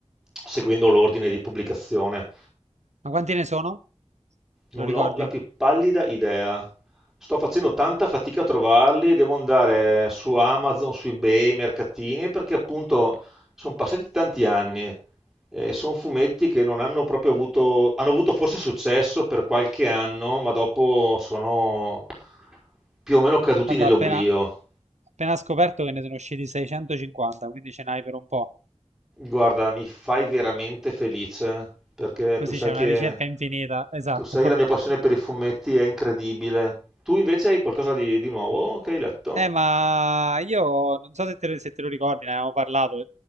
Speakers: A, in the centre; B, on the right.
A: seguendo l'ordine di pubblicazione.
B: Ma quanti ne sono? Te
A: Non
B: lo ricordi?
A: l'ho la più pallida idea. Sto facendo tanta fatica a trovarli, devo andare su Amazon, su eBay, mercatini, perché appunto sono passati tanti anni e sono fumetti che non hanno proprio avuto, hanno avuto forse successo per qualche anno, ma dopo sono più o meno caduti
B: Guarda,
A: nell'oblio.
B: ho appena, appena scoperto che ne sono usciti 650, quindi ce n'hai per un po'.
A: Guarda, mi fai veramente felice perché
B: Così
A: tu sai
B: c'è
A: che,
B: una ricerca infinita, esatto.
A: tu sai che la mia passione per i fumetti è incredibile. Tu invece hai qualcosa di, di nuovo che hai letto?
B: Eh, ma io non so se te, se te lo ricordi, ne avevamo parlato.